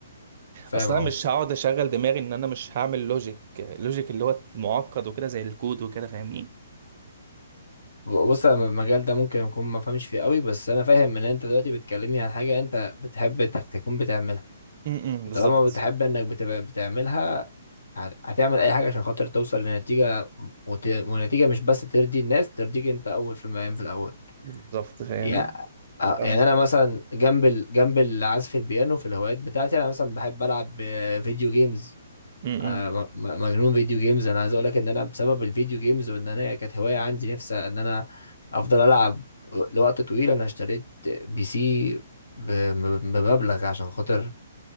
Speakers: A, on the left; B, on the right.
A: فاهم
B: اصلا انا مش
A: قصدي
B: هقعد اشغل دماغي ان انا مش هعمل لوجيك لوجيك اللي هو معقد وكده زي الكود وكده فاهمني
A: ب- بص انا المجال ده ممكن يكون ما فهمش فيه قوي بس انا فاهم ان انت دلوقتي بتكلمني عن حاجه انت بتحب انك تكون بتعملها
B: امم
A: وطالما
B: بالظبط
A: بتحب انك بتبقى بتعملها هت- هتعمل اي حاجه عشان خاطر توصل لنتيجه وت... ونتيجه مش بس ترضي الناس ترضيك انت اول في المقام في الاول
B: بالظبط فاهمني
A: يا- آه،
B: ف-
A: يعني انا مثلا جنب ال... جنب العزف البيانو في الهوايات بتاعتي انا مثلا بحب العب آه، فيديو جيمز
B: امم
A: آه، م- م- مجنون فيديو جيمز انا عايز اقول لك ان انا بسبب الفيديو جيمز وان انا كانت هوايه عندي نفسي ان انا افضل العب لوقت طويل انا اشتريت بي سي ب- بمبلغ عشان خاطر